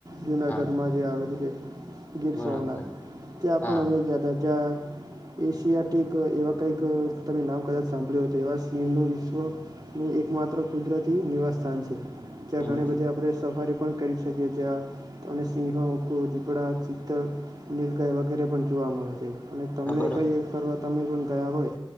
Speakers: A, on the right; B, on the left.
A: જુનાગઢમાં
B: હા
A: જે ગીર
B: બરોબર
A: સોમનાથ ત્યાં
B: હા
A: પણ અમે ગયા હતા જ્યાં એશિયાટિક એવા કંઈક તમે નામ કદાચ સાંભળ્યું એવા સિંહનું વિશ્વ એકમાત્ર કુદરતી નિવાસસ્થાન છે ત્યાં
B: હમ
A: ઘણી બધી આપણે સફારી પણ કરી શકીએી સિંહો ઉખું દીપડા ચિતતલ નીલગાય વગેરે પણ જોવા મળે છે અને તમને
B: હા બરોબર
A: કઈ ફરવા તમે પણ ગયા હોય